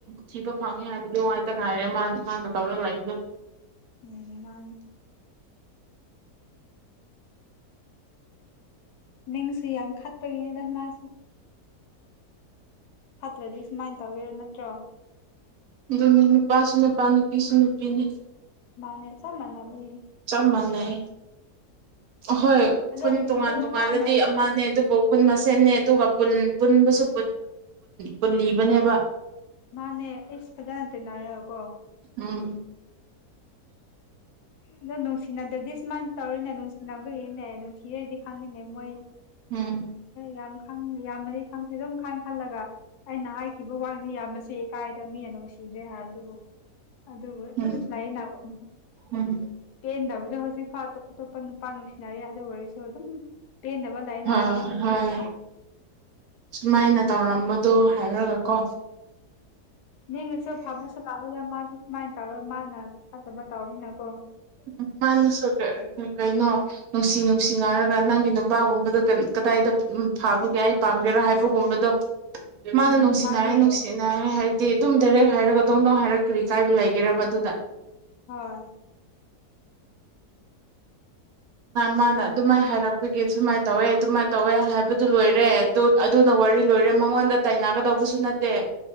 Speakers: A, on the right; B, on the left.
A: ꯊꯤꯕ ꯐꯪꯉꯦ ꯍꯥꯏꯕꯗꯣꯅꯨꯡ ꯉꯥꯏꯇ ꯉꯥꯏꯔꯦ ꯃꯥ ꯃꯥꯅ ꯇꯧꯔꯒ ꯂꯥꯛꯏꯕꯗꯣ
B: ꯎꯝ ꯃꯥꯅ ꯅꯤꯡꯪꯁꯨ ꯌꯥꯝ ꯈꯠꯄꯔꯤꯅꯦꯗ ꯃꯥꯁꯦ ꯐꯠꯇ꯭ꯔꯗꯤ ꯁꯨꯃꯥꯏꯅ ꯇꯧꯒꯦꯔꯣ ꯅꯠꯇ꯭ꯔꯣ
A: ꯑꯗꯨꯅꯤ ꯅꯨꯄꯥꯁꯨ ꯅꯨꯄꯥ ꯅꯨꯄꯤꯁꯨ ꯅꯨꯄꯤꯅꯤ
B: ꯃꯥꯅꯦ ꯆ ꯃꯅꯥꯕꯍꯤ
A: ꯆꯞ ꯃꯥꯟꯅꯑ ꯑꯍꯣꯏ
B: ꯑꯗꯣ
A: ꯈꯨꯟ ꯇꯣꯉꯥꯟ
B: ꯑꯗꯣ
A: ꯇꯣꯉꯜꯂꯗꯤ
B: ꯅꯨꯄꯥꯅ
A: ꯑꯃꯅꯦ ꯑꯗꯨꯕꯨ ꯈꯨꯟꯁ ꯁꯅꯦ ꯑꯗꯨꯒ ꯄꯨꯟꯕꯨꯁꯨ ꯄꯨꯜꯂꯤꯕꯅꯦꯕ
B: ꯃꯥꯅꯦ ꯏꯄꯗꯇꯦꯅꯅꯥꯔꯀꯣ
A: ꯎꯝ
B: ꯑꯗꯣ ꯅꯨꯡꯁꯤꯅꯗ꯭ꯔꯗꯤ ꯁꯨꯃꯥꯡꯁꯨ ꯇꯧꯔꯣꯏꯅꯦ ꯅꯨꯡꯁꯤꯅꯕꯒꯤꯅꯦ ꯅꯨꯡꯁꯤꯔꯩꯗꯤ ꯐꯥꯉꯦꯅꯦ ꯃꯣꯏ
A: ꯎꯝ
B: ꯌꯥꯝ ꯈꯪꯗꯦ ꯌꯥꯝꯃꯅꯤ ꯈꯪꯁꯦ ꯑꯗꯨꯝ ꯈ ꯈꯜꯂꯒ ꯑꯩꯅ ꯍꯥꯏ ꯁꯤꯕ ꯋꯥꯡꯅ ꯌꯥꯝꯅꯁꯨꯦ ꯀꯥꯏꯗ ꯃꯤꯅ ꯅꯨꯡꯁꯤꯗ꯭ꯔꯦ ꯍꯥꯏꯕꯗꯨꯕꯨ ꯑꯗꯨꯕꯨ ꯁꯨꯝ
A: ꯎꯝ
B: ꯂꯥꯏꯌꯦꯡ
A: ꯎꯝ
B: ꯄꯦꯟꯗꯕꯗꯣ ꯍꯧꯖꯤꯛꯐꯥꯎ ꯑꯇꯣꯞ ꯑꯇꯣꯞꯄ ꯅꯨꯄꯥ ꯅꯨꯡꯁꯤꯅꯔꯤ ꯑꯗꯨ ꯑꯣꯏꯔꯁꯨ ꯑꯗꯨꯝ ꯄꯦꯟꯗꯕ ꯂꯩꯅ
A: ꯍꯣꯏ
B: ꯋꯥꯈꯜꯗꯗꯤ
A: ꯍꯣꯏ ꯁꯨꯃꯥꯏꯅ ꯇꯧꯔꯝꯕꯗꯣ ꯍꯥꯏꯔꯒꯀꯣ
B: ꯅ ꯉꯁ ꯐꯥꯨꯁꯣ ꯀꯔ ꯌꯥ ꯌꯥꯝ ꯃꯥ ꯁꯨꯃꯥꯏꯅ ꯇꯧꯔ ꯃꯥꯅ ꯐꯠꯇꯕ ꯇꯧꯔꯃꯤꯅꯀꯣ
A: ꯎ ꯃꯥꯅꯁꯨ ꯀꯩꯅꯣ ꯅꯨꯡꯁꯤ ꯅꯨꯡꯁꯤꯅꯔꯒ ꯅꯪ ꯅꯨꯄꯥꯒꯨꯝꯕꯗ ꯀꯗꯥꯏꯗ ꯎ ꯐꯥꯕꯒ ꯑꯩ ꯄꯥꯝꯒꯦꯔꯥ ꯍꯥꯏꯕꯒꯨꯝꯕꯗꯣ ꯃꯥꯅ
B: ꯎꯝ
A: ꯅꯨꯡꯁꯤꯅꯔꯦ
B: ꯃꯥꯅꯦ
A: ꯅꯨꯡꯁꯤꯅꯔꯦ ꯍꯥꯏꯔꯗꯤ ꯑꯗꯨꯝ ꯗꯥꯏꯔꯦꯛ ꯍꯥꯏꯔꯛꯀꯗꯧꯅꯧ ꯍꯥꯏꯔꯛꯒ ꯀꯔꯤ ꯀꯥꯏꯕ ꯂꯩꯒꯦꯔꯕ ꯑꯗꯨꯗ
B: ꯍꯣꯏ
A: ꯃꯥꯅ ꯑꯗꯨꯃꯥꯏꯅ ꯍꯥꯏꯔꯛꯄꯒꯤ ꯁꯨꯃꯥꯏꯅ ꯇꯧꯋꯦ ꯑꯗꯨꯃꯥꯏꯅ ꯇꯧꯋꯦ ꯍꯥꯏꯕꯗꯨ ꯂꯣꯏꯔꯦ ꯑꯗꯨꯅ ꯋꯥꯔꯤ ꯂꯣꯏꯔꯦ ꯃꯉꯣꯟꯗ ꯇꯥꯏꯅꯒꯗꯧꯕꯁꯨ ꯅꯠꯇꯦ